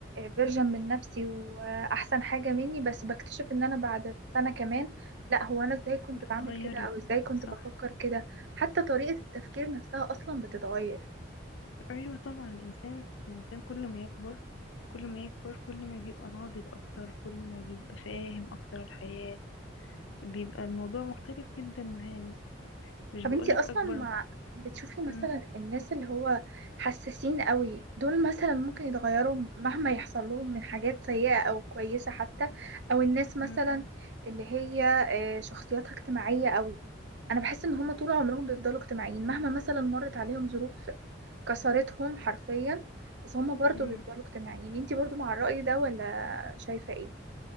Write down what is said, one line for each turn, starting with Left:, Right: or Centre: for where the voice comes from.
Right: فيرجن من نفسي واحسن حاجة مني بس بكتشف ان انا بعد سنة كمان لا هو انا ازاي كنت
Left: بتتغيري
Right: بعمل كده او ازاي كنت
Left: صح
Right: بفكر كده حتى طريقة التفكير نفسها اصلا بتتغير
Left: ايوه طبعا الانسان الانسان كل ما يكبر كل ما يكبر كل ما بيبقى ناضج اكتر كل ما بيبقى فاهم اكتر الحياة بيبقى الموضوع مختلف جدا معاه مش
Right: طب
Left: بيقولك
Right: انتي اصلا
Left: اكبر
Right: مع بتشوفي مثلا
Left: مم.
Right: الناس اللي هو حساسين قوي دول مثلا ممكن يتغيروا مهما يحصل لهم من حاجات سيئة او كويسة حتى او الناس مثلا
Left: مم.
Right: اللي هي آه، شخصياتها اجتماعية قوي انا بحس ان هما طول عمرهم بيفضلوا اجتماعيين مهما مثلا مرت عليهم ظروف كسرتهم حرفيا بس هما برضو
Left: مم.
Right: بيفضلوا اجتماعيين انتي برضو مع الرأي ده ولا شايفة ايه